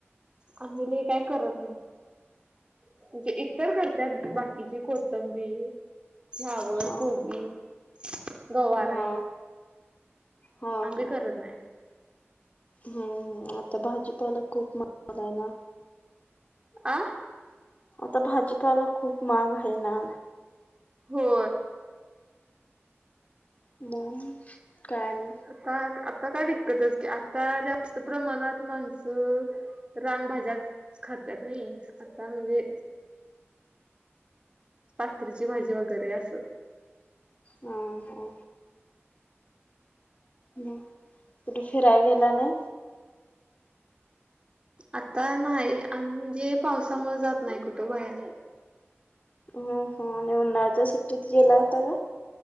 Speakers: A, on the right; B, on the left.
A: आम्ही लय काय करत नाही. म्हणजे, इतर करत्यात बाकीची कोथंबीर फ्लावर,
B: हा
A: गोबी, गवारा
B: हा हा
A: आहे.
B: हा.
A: आम्ही
B: हा
A: करत नाही.
B: हम्म, आता भाजीपाला खूप मज आहे ना.
A: आं.
B: आता भाजीपाला खूप मग आहे ना.
A: हो.
B: म, काय आणि-
A: आता आता काय विकत असती, आता जास्त प्रमाणात माणसं रानभज्या खातत नाही. आता म्हणजे पात्रीची भाजी वगैरे असं
B: हा, हा, मग, कुठे फिराय गेला नाही.
A: आता नाही, आम्ही म्हणजे पावसामुळे जात नाही कुठं बाहेर.
B: हम्म ह आणि उन्हाळ्याच्या सुट्टीत गेला होता.